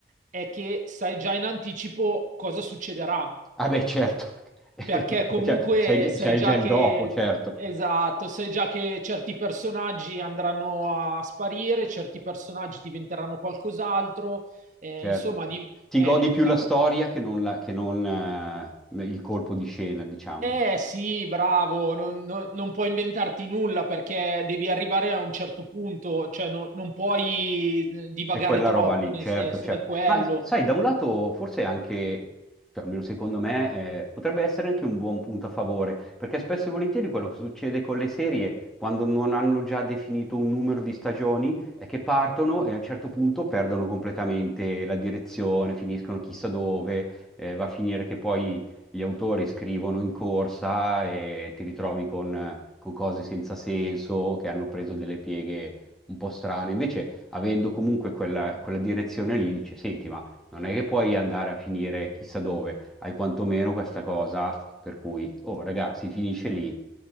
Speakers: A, on the right; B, in the centre.
A: è che sai già in anticipo cosa succederà.
B: Ah, beh, certo. <laughs> Eh,
A: Perché comunque
B: Cioè, sai già,
A: sai
B: sai
A: già
B: già il
A: che,
B: dopo, certo,
A: esatto, sai già che certi personaggi andranno a sparire, certi personaggi diventeranno qualcos'altro, eh,
B: certo.
A: insomma, di,
B: Ti
A: eh,
B: godi più
A: da
B: la
A: cu-
B: storia che non, la- che non, eh, il colpo di scena, diciamo.
A: eh, sì, bravo, non, non- non puoi inventarti nulla perché devi arrivare a un certo punto, cioè no- non puoi eh, divagare
B: È quella
A: troppo,
B: roba lì,
A: nel
B: certo,
A: senso,
B: certo.
A: è quello.
B: Ma sai, da un lato forse anche, cioè, almeno secondo me, eh, potrebbe essere anche un buon punto a favore, perché spesso e volentieri quello che succede con le serie, quando non hanno già definito un numero di stagioni, è che partono e a un certo punto perdono completamente la direzione, finiscono chissà dove, eh, va a finire che poi gli autori scrivono in corsa e ti ritrovi con, con cose senza senso, che hanno preso delle pieghe un po' strane. Invece avendo comunque quella, quella direzione lì, dice, senti, ma non è che puoi andare a finire chissà dove, hai quantomeno questa cosa per cui, oh ragazzi, finisce lì